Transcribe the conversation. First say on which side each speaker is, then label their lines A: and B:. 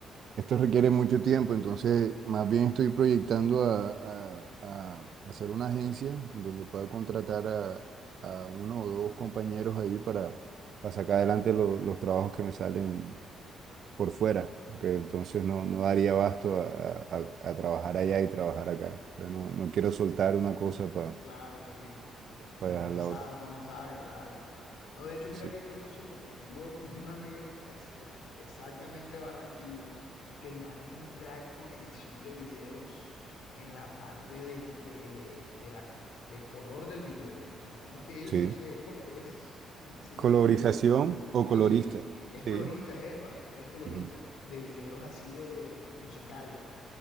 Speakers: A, on the right (about 60°); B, on the left (about 80°).
A: esto requiere mucho tiempo, entonces más bien estoy proyectando a, a- a hacer una agencia donde pueda contratar a, a uno o dos compañeros ahí para, para sacar adelante lo- los trabajos que me salen por fuera, que entonces no, no daría abasto a, a- a trabajar allá y trabajar acá. O sea, no, no quiero soltar una cosa para
B: Claro, sí.
A: dejar
B: Uno no se
A: la
B: sabe,
A: otra.
B: uno no sabe, claro. No, de hecho, mira
A: Sí.
B: qué curioso porque tengo <laughs> un amigo, es, es exactamente Barranquilla, que el man es un crack con edición de videos en la parte del, de, de la, del color del video. El, ¿cómo es que él?
A: Sí.
B: No sé, es, col- es, ¿cómo es que se dice?
A: Colorización
B: Es col-
A: o
B: sí,
A: colorista.
B: es
A: Sí.
B: colorista, epa, él es colorista
A: Ujú.
B: de videos así de musicales.